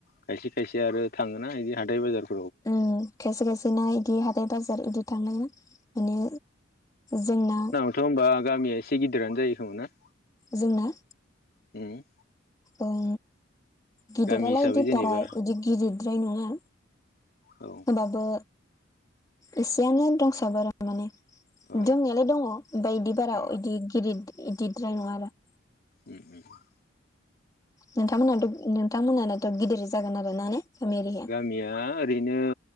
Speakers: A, on the left; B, on the left.
A: खायसे खायसे आरो थाङोना इदि हाथाय बाजारखौ
B: उम खायसे खायसे ना इदि हाथाय बाजार इदि थांङोना माने जोंना
A: दथ' होनोमबा गामिया एसे गिदिरानो जायो खोमा ना?
B: जोंना
A: उम
B: उम गिदिरालाय
A: गामि हिसाबै
B: इदि
A: जेनेबा
B: बारा इदि गिदिरद्राय नङा।
A: औ
B: होमबाबो एसेयनोानो दंसाबो आरो माने दोंनायालाय
A: औ
B: दङ ओमफ्राय बिदि बारा
A: उम
B: बिदि गिदिर बिदिद्राय नङा आरो
A: अ औ
B: नोंथांमोनाथ' नोंथांमोनानाथ' गिदिर जागोन आरो ना ने गामि एरिया
A: गामिया ओरैनो